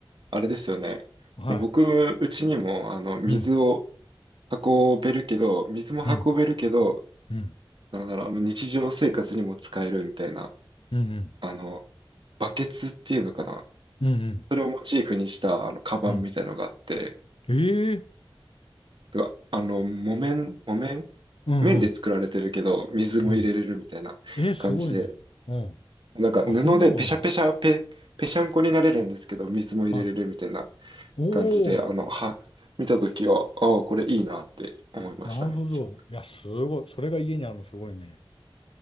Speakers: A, on the right; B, on the left.
A: あれですよね。
B: はい。
A: 僕、うちにも、あの、水を
B: うん、
A: 運べるけど、水も運べるけど、
B: うん、うん、
A: なんだろう、あの、日常生活にも使えるみたいな、
B: うん、うん、
A: あの、バケツっていうのかな。
B: うん、
A: それをモチーフにした、あの、カバンみたいのがあって、
B: うん。ええ
A: うわあの、木綿、木綿
B: うん、うん、
A: 麺で作られてるけど、水も入れれるみたいな感じで、
B: うん。えー、すごいね。うん。
A: なんか布でペシャペシャペ、
B: あ、そんなのがあるんだ。
A: ペシャンコになれるんですけど、水も入れれるみたいな
B: はい。おー、
A: 感じで、あの、は、見たときは、ああ、これいいなって思いました、
B: なるほど。
A: めっちゃ。
B: いや、すごい。それが家にあるのすごいね。